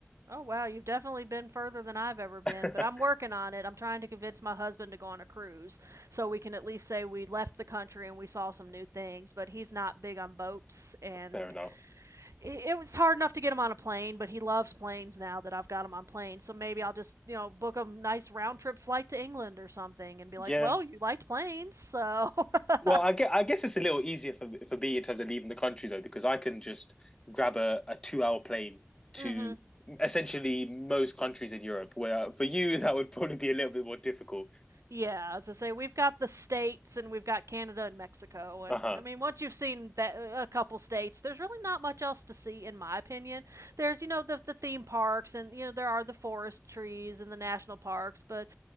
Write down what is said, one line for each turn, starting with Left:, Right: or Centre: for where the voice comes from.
Right: Oh wow, you've definitely been further than I've ever been,
Left: <laughs>
Right: but I'm working on it. I'm trying to convince my husband to go on a cruise so we can at least say we left the country and we saw some new things, but he's not big on boats and
Left: Fair enough.
Right: it, it was hard enough to get him on a plane, but he loves planes now that I've got him on planes. So maybe I'll just, you know, book a nice round trip flight to England or something and be
Left: Yeah.
Right: like, "Well, you liked planes, so." <laughs>
Left: Well, I get. I guess it's a little easier for for me in terms of leaving the country though, because I can just grab a, a two hour plane to
Right: mhm.
Left: essentially most countries in Europe. Where for you <laughs> that would probably be a little bit more difficult.
Right: Yeah, as I say, we've got the states and we've got Canada and Mexico, and
Left: Uh huh.
Right: I mean, once you've seen that a couple states, there's really not much else to see, in my opinion. There's you know the the theme parks, and you know there are the forest trees and the national parks, but